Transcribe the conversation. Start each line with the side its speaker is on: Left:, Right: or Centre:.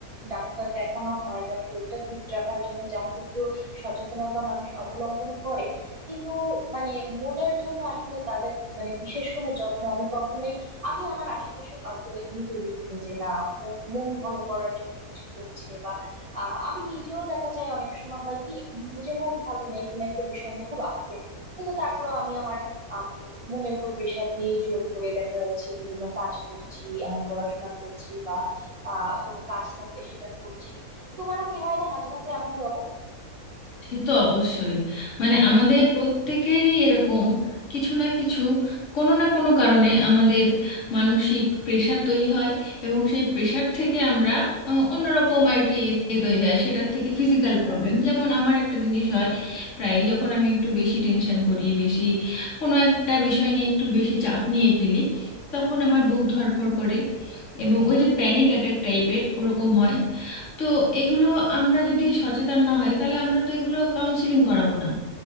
Right: ডাক্তার দেখানো হয় বা শরীরটা ফিট রাখার জন্য যা হোক একটু সচেতনতা মানুষ অবলম্বন করে কিন্তু মানে মনের জন্য আসলে তাদের মানে বিশেষ কোনো যত্ন আমি কখনোই আমি আমার আশেপাশেও কাউকে নিতে দেখিনি যে না মন মন ভালো করার জন্য কিছু করছে বা আহ, আমি নিজেও দেখা যায় অনেক সময় হয় কি উম, যে মন ভালো নেই কোনো একটা বিষয় নিয়ে খুব আপসেট কিন্তু তারপর আমি আমার আম, মনের উপর প্রেশার দিয়ে জোর করে দেখা যাচ্ছে বিভিন্ন কাজ করছি আমার পড়াশোনা করছি বা আহ কোনো কাজ থাকলে সেটা করছি তোমারও কি হয় না মাঝে মাঝে এমন বলো
Left: সে তো অবশ্যই মানে আমাদের প্রত্যেকেরই এরকম কিছু না কিছু কোনো না কোনো কারণে আমাদের মানসিক প্রেশার তৈরি হয় এবং সেই প্রেশার থেকে আমরা আহ, অন্যরকম আর কি এ এ তৈরি হয় সেটার থেকে ফিজিক্যাল প্রবলেম যেমন আমার একটা জিনিস হয় প্রায়ই যখন আমি একটু বেশি টেনশন করি বেশি কোনো একটা বিষয় নিয়ে একটু বেশি চাপ নিয়ে ফেলি তখন আমার বুক ধড়ফড় করে এবং ওই যে প্যানিক অ্যাটাক টাইপের ওরকম হয় তো এগুলো আমরা যদি সচেতন না হই তাহলে আমরা তো এগুলো কাউন্সিলিং করাবো না